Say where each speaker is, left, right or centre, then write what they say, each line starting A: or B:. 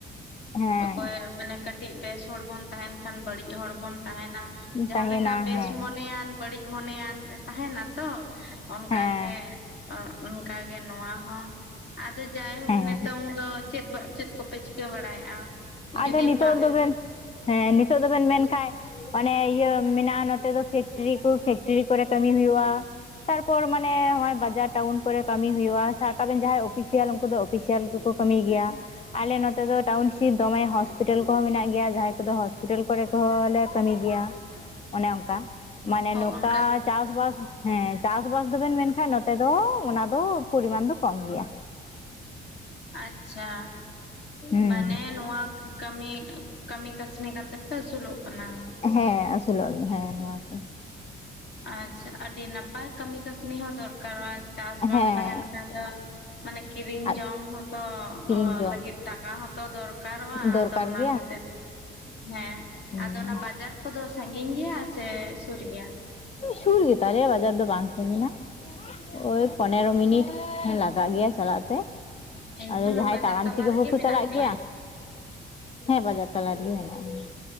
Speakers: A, on the left; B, on the left.
A: ᱦᱮᱸ
B: ᱚᱠᱚᱭ ᱢᱮᱱᱟᱠᱟᱼᱼ ᱠᱟᱹᱴᱤᱡ ᱵᱮᱥ ᱦᱚᱲ ᱵᱚᱱ ᱛᱟᱦᱮᱱ ᱠᱷᱟᱱ ᱵᱟᱹᱲᱤᱡ ᱦᱚᱲ ᱵᱚᱱ ᱛᱟᱦᱮᱱᱟ
A: ᱦᱮᱸ
B: ᱡᱟᱦᱟᱸ
A: ᱛᱟᱦᱮᱱᱟ
B: ᱞᱮᱠᱟ ᱵᱮᱥ
A: ᱦᱮᱸ
B: ᱢᱚᱱᱮᱭᱟᱱᱼᱼ ᱵᱟᱹᱲᱤᱡ ᱢᱚᱱᱮᱭᱟ ᱛᱟᱦᱮᱱᱟ ᱛᱚ ᱚᱱᱠᱟ
A: ᱦᱮᱸ
B: ᱜᱮ ᱾ ᱚ ᱚᱱᱠᱟ ᱜᱮ ᱱᱚᱣᱟ ᱦᱚᱸ ᱟᱫᱚ ᱡᱟᱭᱦᱳᱠ
A: ᱦᱮᱸ
B: ᱱᱤᱛᱚᱝ ᱫᱚᱼᱼ ᱪᱮᱫ ᱪᱮᱫ ᱠᱚᱯᱮ ᱪᱤᱠᱟᱹ ᱵᱟᱲᱟᱭᱮᱫᱼᱟ?
A: ᱟᱫᱚ
B: ᱡᱩᱫᱤ
A: ᱱᱤᱛᱚᱜ
B: ᱵᱟᱝ
A: ᱫᱚᱵᱮᱱ ᱦᱮᱸ ᱱᱤᱛᱚᱜ ᱫᱚᱵᱮᱱ ᱢᱮᱱ ᱠᱷᱟᱱᱡᱼᱼ ᱚᱱᱮ ᱤᱭᱟᱹ ᱢᱮᱱᱟᱜᱼᱟ ᱱᱚᱛᱮ ᱫᱚ ᱯᱷᱮᱠᱴᱨᱤ ᱠᱚ ᱯᱷᱮᱠᱴᱨᱤ ᱠᱚᱨᱮ ᱠᱟᱹᱢᱤ ᱦᱩᱭᱩᱜᱼᱟ ᱾ ᱛᱟᱨᱯᱚᱨ ᱢᱟᱱᱮ ᱱᱚᱜᱼᱚᱭ ᱵᱟᱡᱟᱨ ᱴᱟᱣᱩᱱ ᱠᱚᱨᱮ ᱠᱟᱹᱢᱤ ᱦᱩᱭᱩᱜᱼᱟ, ᱥᱟᱵ ᱠᱟᱜ ᱵᱮᱱ ᱡᱟᱦᱟᱸᱭ ᱚᱯᱷᱤᱥᱤᱭᱟᱞ ᱩᱱᱠᱩ ᱫᱚ ᱚᱯᱷᱤᱥᱤᱭᱟᱞ ᱜᱮᱠᱚᱼᱼ ᱠᱟᱹᱢᱤ ᱜᱮᱭᱟ ᱟᱞᱮ ᱱᱚᱛᱮ ᱫᱚ ᱴᱟᱣᱩᱱᱥᱤᱯᱼᱼ ᱫᱚᱢᱮ ᱦᱚᱥᱯᱤᱴᱟᱞ ᱠᱚᱦᱚᱸ ᱢᱮᱱᱟᱜ ᱜᱮᱭᱟ ᱡᱟᱦᱟᱸᱭ ᱠᱚᱫᱚ ᱦᱚᱥᱯᱤᱴᱟᱞ ᱠᱚᱨᱮ ᱠᱚᱦᱚᱸ ᱞᱮ ᱠᱟᱹᱢᱤ ᱜᱮᱭᱟ ᱾ ᱚᱱᱮ ᱚᱱᱠᱟ ᱢᱟᱱᱮ
B: ᱚ
A: ᱱᱚᱴᱟᱪᱼᱼ
B: ᱚᱱᱠᱟ
A: ᱪᱟᱥ ᱵᱟᱥ ᱦᱮᱸ, ᱪᱟᱥ ᱵᱟᱥ ᱫᱚᱵᱮᱱ ᱢᱮᱱ ᱠᱷᱟᱱ ᱱᱚᱛᱮ ᱫᱚ ᱚᱱᱟ ᱫᱚ, ᱯᱚᱨᱤᱢᱟᱱ ᱫᱚ ᱠᱚᱢ ᱜᱮᱭᱟ᱾
B: ᱟᱪᱪᱷᱟ
A: ᱦᱩᱸ
B: ᱢᱟᱱᱮ ᱱᱚᱶᱟ ᱠᱟᱹᱢᱤ ᱠᱟᱹᱢᱤ ᱠᱟᱹᱥᱱᱤ ᱠᱟᱛᱮᱜ ᱯᱮ, ᱟᱹᱥᱩᱞᱚᱜ ᱠᱟᱱᱟ?
A: ᱦᱮᱸ ᱟᱥᱩᱞᱚᱜ ᱜᱮ, ᱦᱮᱸ ᱱᱚᱶᱟ ᱠᱚ
B: ᱟᱪᱪᱷᱟ ᱟᱹᱰᱤ ᱱᱟᱯᱟᱭ, ᱠᱟᱹᱢᱤ ᱠᱟᱹᱥᱱᱤ ᱦᱚᱸ ᱫᱚᱨᱠᱟᱨᱚᱜᱼᱟ, ᱪᱟᱥ ᱵᱟᱝ
A: ᱦᱮᱸ
B: ᱛᱟᱦᱮᱱ ᱠᱷᱟᱱ ᱫᱚ ᱢᱟᱱᱮ ᱠᱤᱨᱤᱧ
A: ᱟᱨ
B: ᱡᱚᱢ ᱦᱚᱛᱚ,
A: ᱠᱤᱨᱤᱧ ᱡᱚᱝ
B: ᱞᱟᱹᱜᱤᱫ ᱴᱟᱠᱟ ᱦᱚᱸ ᱛᱚ ᱫᱚᱨᱠᱟᱨᱚᱜᱼᱟ,
A: ᱫᱚᱨᱠᱟᱨ
B: ᱟᱫᱟ ᱚᱱᱟ
A: ᱜᱮᱭᱟ
B: ᱠᱷᱟᱹᱛᱤᱨ ᱦᱮᱸ
A: ᱦᱩᱸ
B: ᱟᱫᱚ ᱚᱱᱟ ᱵᱟᱡᱟᱨ ᱠᱚᱫᱚ, ᱥᱹᱜᱤᱧ ᱜᱮᱭᱟ ᱥᱮ ᱥᱳᱨ ᱜᱮᱭᱟ?
A: ᱥᱩᱨ ᱜᱮᱛᱟᱨᱭᱟ ᱵᱟᱡᱟᱨ ᱫᱚ ᱵᱟᱝ ᱥᱟᱹᱜᱤᱱᱟ᱾ ᱳᱭ ᱯᱚᱱᱮᱨᱚ ᱢᱤᱱᱤᱴ ᱞᱟᱜᱟᱜ ᱜᱮᱭᱟ ᱪᱟᱞᱟᱜ ᱛᱮ᱾
B: ᱮᱱᱠᱷᱟᱱ
A: ᱟᱫᱚ ᱡᱟᱦᱟᱸᱭ
B: ᱵᱟᱡᱟᱨ
A: ᱛᱟᱲᱟᱢ
B: ᱛᱟᱞᱟ
A: ᱛᱮᱜᱮ,
B: ᱨᱮᱜᱮ
A: ᱦᱚᱲ ᱠᱚ
B: ᱢᱮᱱᱟᱜ
A: ᱪᱟᱞᱟᱜ
B: ᱯᱮᱭᱟ
A: ᱜᱮᱭᱟ? ᱦᱮᱸ ᱵᱟᱡᱟᱨ ᱛᱟᱞᱟ ᱨᱮᱜᱮ ᱢᱮᱱᱟᱜ ᱞᱮᱭᱟ᱾